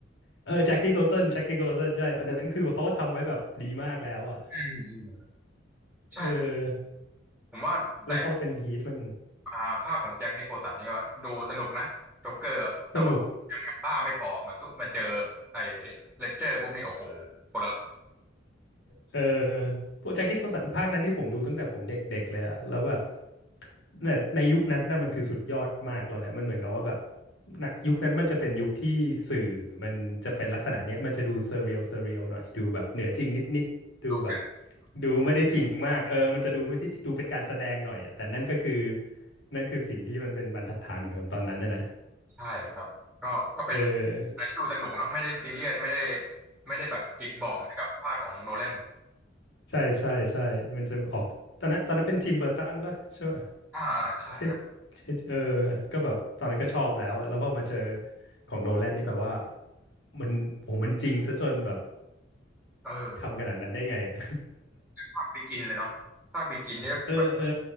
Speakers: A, on the left; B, in the centre.
A: เออแจ็คที่โคลสันแจ็คที่โคลสันใช่อันนั้นคือเขาก็ทำไว้แบบดีมากแล้วอ่ะ
B: อืมอืมใช่
A: เออ
B: ผมว่าใน
A: แล้วพอเป็นฮีทมัน
B: อ่าภาคของแจ็คนิโคลสันนี่ก็ดูสนุกนะจ็อกเกอร์แต่ว่ายังบ้าไม่พอมาสู้มาเจอ
A: สนุก
B: ไอ้เลดเจอร์ปุ๊บนี่โอ้โหคนละ
A: เออพวกแจ็คที่เขาสันภาคนั้นนี่ผมดูตั้งแต่ผมเด็กๆเลยอะแล้วแบบเนี่ยในยุคนั้นน่ะมันคือสุดยอดมากแล้วนะมันเหมือนกับว่าแบบณยุคนั้นมันจะเป็นยุคที่สื่อมันจะเป็นลักษณะเนี้ยมันจะดูเซเรียลเซเรียลหน่อยดูแบบเหนือจริงนิดๆดูแบบ
B: ดูเป็น
A: ดูไม่ได้จริงมากเออมันจะดูไม่ใช่จริงดูเป็นการแสดงหน่อยอะแต่นั่นก็คือนั่นคือสิ่งที่มันเป็นบรรทัดฐานของตอนนั้นนะนะ
B: ใช่ครับก็ก็เป็น
A: เออ
B: อะไรที่ดูสนุกเนาะไม่ได้ซีเรียสไม่ได้ไม่ได้แบบจิกเบาะเหมือนกับภาคของโนแลน
A: ใช่ใช่ใช่มันจะออกตอนนั้นตอนนั้นเป็นทิมเบอร์ตันป่ะใช่ไหม
B: อ่าอ่าใช่ครับ
A: ใช่ใช่เออก็แบบตอนนั้นก็ชอบแล้วอะแล้วพอมาเจอของโนแลนนี่แบบว่ามันโอ้มันจริงซะจนแบบ
B: เออ
A: ทำขนาดนั้นได้ไงอะ
B: ภาคบิกินเลยเนาะภาคบิกินเนี่ยก็คือแบบ
A: <laughs> เออเออ